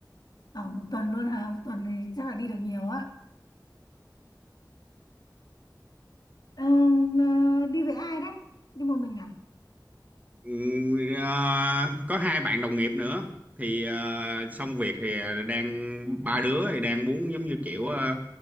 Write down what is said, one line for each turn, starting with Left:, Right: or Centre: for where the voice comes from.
Left: ở một tuần luôn hả? Một tuần thì chắc là đi được nhiều á. Ờ, ờ, đi với ai đấy? Đi một mình à?
Right: Ừ, ờ, có hai bạn đồng nghiệp nữa thì ờ, xong việc thì đang ba đứa thì đang muốn giống như kiểu ờ,